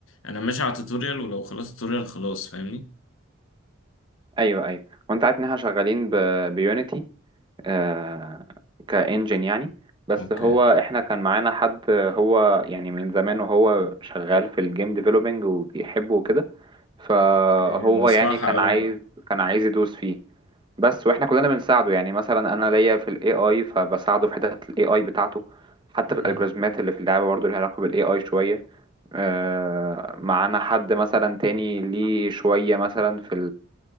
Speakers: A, on the left (about 70°); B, on the right (about 25°).
A: انا ماشي على توتوريال ولو خلاص توتوريال خلاص فاهمني
B: ايوه ايوه وانت عارف ان احنا شغالين ب بيونيتي آه، كإنجن يعني بس
A: اوكي
B: هو احنا كان معانا حد هو يعني من زمان وهو شغال في الجيم ديفلوبينج وبيحبه وكده فهو
A: اوكي مصلحة
B: يعني كان
A: قوي
B: عايز
A: دي
B: كان عايز يدوس فيه بس واحنا كلنا بنساعده يعني مثلا انا ليا في الاي اي فبساعده في حتت الاي اي بتاعته حتى
A: مم.
B: في الالجوريزمات اللي في اللعبه برضه ليها علاقه بالاي اي شويه آه، معانا حد مثلا تاني ليه شويه مثلا في